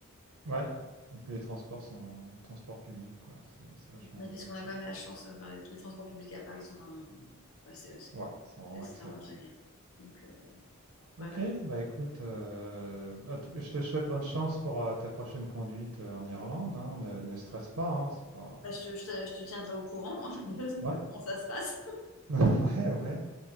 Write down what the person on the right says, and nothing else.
Ouais, et puis les transports sont transports publics, quoi. C'est c'est vachement
bien
à
Paris.
Ouais, ils sont vraiment
excellents.
ouais.
Ok,
bah écoute, euh, à tout- je te souhaite bonne chance pour euh, ta prochaine conduite euh, en Irlande. hein. Ne, ne stresse pas, hein, c'est pas.
Ouais.
<laughs> Ouais, ouais.